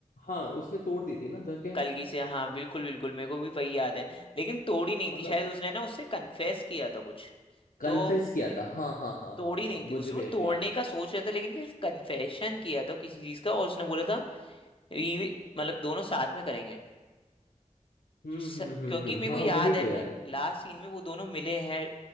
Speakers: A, on the left; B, on the left.
A: हाँ उसने तोड़ दी थी ना जाके
B: कलगी से हाँ बिल्कुल बिल्कुल मेरे को भी वही याद है लेकिन तोड़ी नहीं
A: मतलब
B: थी शायद उसने ना उससे कन्फेस किया था कुछ
A: कन्फेस
B: तो
A: किया था हाँ हाँ हाँ
B: तोड़ी
A: हाँ हाँ
B: नहीं थी उसको
A: मुझे भी ऐसे
B: तोड़ने
A: याद आ
B: का सोच रहा था लेकिन फिर कन्फेशन किया था किसी चीज का और उसने बोला था ये मतलब दोनों साथ में करेंगे
A: हम्म
B: स-
A: हम्म हम्म
B: क्योंकि
A: हम्म
B: मेरे को
A: हाँ
B: याद
A: वही
B: है
A: तो यार
B: लास्ट सीन में वो दोनों मिले हैं